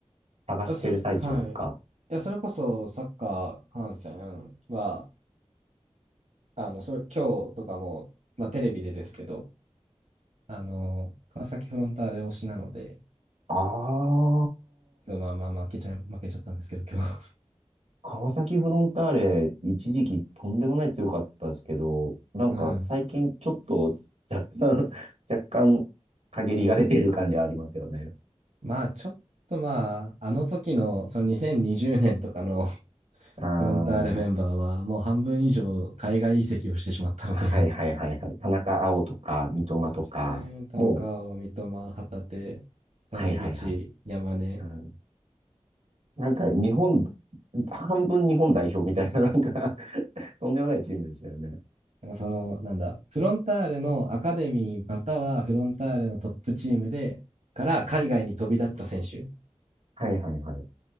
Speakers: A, on the right (about 70°); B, on the right (about 85°).
A: 探してる最中ですか
B: あそれ、はい。いや、それこそサッカー観戦は、あの、それ、今日とかも、まあ、テレビでですけど、あの、川崎フロンターレ推しなので、
A: ああ
B: 今日まあまあまあ負けちゃい、負けちゃったんですけど、今日。
A: 川崎フロンターレ一時期とんでもない強かったですけど、なんか最近ちょっと若干、
B: <laughs> うん。
A: <laughs> 若干陰りが出てる感じはありますよね。
B: まあ、ちょっとまあ、あの時の、その2020年とかの <laughs>
A: あー、
B: フロンターレメンバーは、もう半分以上海外移籍をしてしまったので
A: はいはいはいはい。田中碧とか、三笘とか、
B: そうですね。田中碧、
A: もう、
B: 三笘、旗手、谷口、
A: はいはいはい。
B: 山根。
A: うん、なんか日本、半分日本代表みたいな、<laughs> なんか <laughs> とんでもないチームでしたよね。
B: なんかその、なんだ、フロンターレのアカデミーまたはフロンターレのトップチームで、から海外に飛び立った選手
A: はいはいはい。